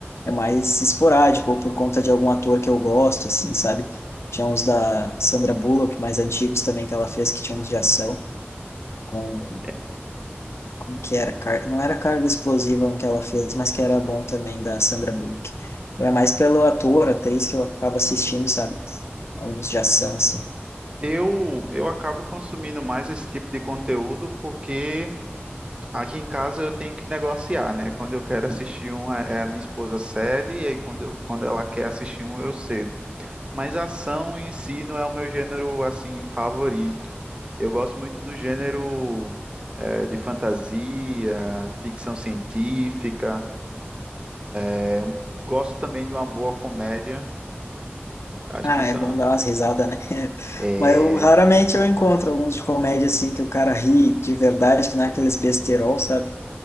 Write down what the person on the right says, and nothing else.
é,
Eu, eu acabo consumindo mais esse tipo de conteúdo porque aqui em casa eu tenho que negociar, né? Quando eu quero assistir um, é é a minha esposa cede, e aí quando, eu- quando ela quer assistir um, eu cedo. Mas ação em si não é o meu gênero, assim, favorito. Eu gosto muito do gênero, eh, de fantasia, ficção científica. É um- Gosto também de uma boa comédia. Acho
que são.
É...
é,